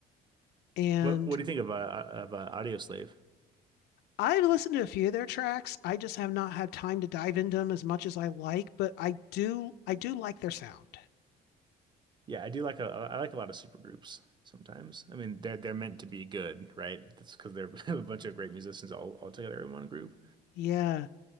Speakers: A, on the left; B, on the right.
A: And
B: What what do you think of uh, of uh, Audio Slave?
A: I've listened to a few of their tracks. I just have not had time to dive into them as much as I like, but I do I do like their sound.
B: Yeah, I do like a I like a lot of supergroups sometimes. I mean, they're they're meant to be good, right? That's because they're <laughs> a bunch of great musicians all all together in one group.
A: Yeah.